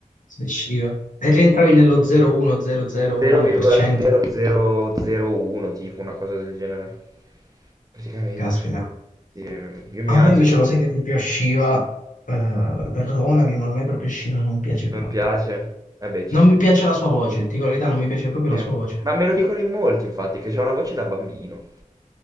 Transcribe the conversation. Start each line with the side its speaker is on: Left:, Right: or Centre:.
Left: Sei Shiva. E rientravi nello 0,1, 0,01%.
Right: 0,0001, tipo una cosa del genere. Praticamente.
Left: Caspita.
Right: Sì, eh, io mi
Left: A
Right: alzo
Left: me invece
Right: e faccio,
Left: lo sai che proprio Shiva, eh, perdonami, ma a me proprio Shiva non piace
Right: non
Left: proprio.
Right: piace. Vabbè, ci
Left: Non
Right: sta.
Left: mi piace la sua voce, ti dico la verità, non mi piace proprio
Right: Sì.
Left: la sua voce.
Right: Ma me lo dicono in molti, infatti, che c'è una voce da bambino.